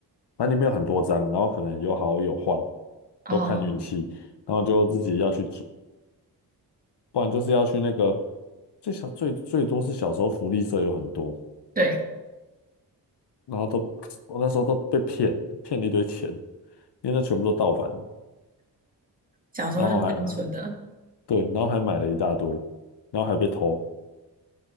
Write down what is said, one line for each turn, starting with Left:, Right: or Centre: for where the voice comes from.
Left: 它里面有很多张，然后可能有好有坏，
Right: 哦，
Left: 都看运气，然后就自己要去不然就是要去那个，最小最最多是小时候福利社有很多，
Right: 对，
Left: 然后都我那时候都被骗，骗了一堆钱，因为那全部都盗版，
Right: 小时候就单纯的，
Left: 然后还啊对，然后还买了一大堆，然后还被偷，